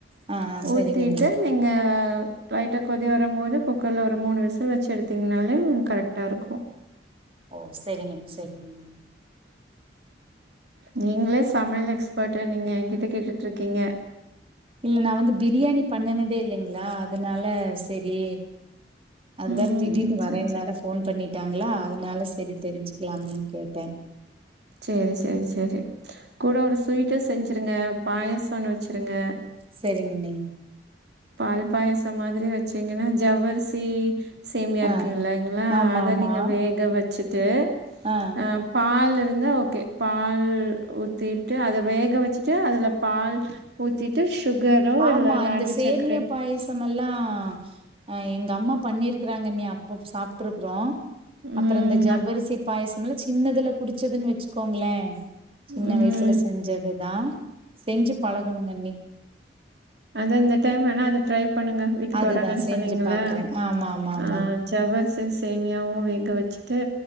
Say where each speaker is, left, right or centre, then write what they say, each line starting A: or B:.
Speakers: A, on the right; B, on the right.
A: ஆ ஆ செரிங்க
B: ஊத்திட்டு
A: அண்ணி
B: நீங்க லைட்டா கொதி வருமோது ஒரு மூணு விசில் வெச்சி எடுத்தீங்னாலே உங்ளுக்கு கரெக்டாயிருக்கோ
A: ஓ செரிங்கண்ணி செரிங்கண்ணி
B: நீங்ளே சமையல் எக்ஸ்பர்ட்டு நீங்க என்கிட்ட கேட்டுட்டுருக்கீங்க
A: இல்ல நா வந்து பிரியாணி பண்ணுனதேயில்லைங்களா அதனால செரி அது
B: ம்
A: வேற திடீர்னு வரேன்னு
B: சரி
A: வேற போன் பண்ணிட்டாங்களா அதனால செரி தெரிஞ்சுக்கலாமேன்னு கேட்டே
B: சேரி சேரி செரி கூட ஒரு ஸ்வீட்டு செஞ்சிருங்க பாயாசோ ஒன்ன வெச்சுருங்க
A: செரிங்கண்ணி
B: பால் பாயசோ மாதிரி வெச்சீங்கன்னா ஜவ்வரிசி சேமியா இருக்குயில்லைங்களா
A: ஆ ஆமா
B: அத
A: ஆமா
B: நீங்க வேக வெச் சிட்டு
A: ஆ
B: அஹ் பால் இருந்தா ஓகே பால் ஊத்திட்டு அத வேக வெச்சுட்டு அதுல பால் ஊ த்திட்டு சுகரோ
A: ஆமா
B: இல்ல நாட்டு
A: இந்த
B: சக்
A: சேமியா பாயாசோ மாரி எல்லா ஹ எங்க அம்மா பண்ணிருக்கு <unintelligible> ராங்கண்ணி அப்போ சாப்ட்ருக்கறோம் அப்புறம்
B: ம்
A: இந்த ஜவ்வரிசி
B: அ-
A: பாயசம் ஒருவேல சின்னதுல குடிச்சதுன்னு வச்சுக்கோங்களே சின்ன
B: ம்
A: வயசுல செஞ்சதுதா செஞ்சு பழகணுங்கண்ணி
B: அதான் இந்த டைம் வேனா அத ட்ரை பண்ணுங்க வீட்டுக்கு
A: அதுதா
B: வராங்கன்னு
A: செஞ்சு
B: சொன்னீங்கள
A: பாக்குறே ஆமா ஆமா ஆமா
B: ஆ ஜவ்வரிசி சேமியாவும் வேக வச்சுட்டு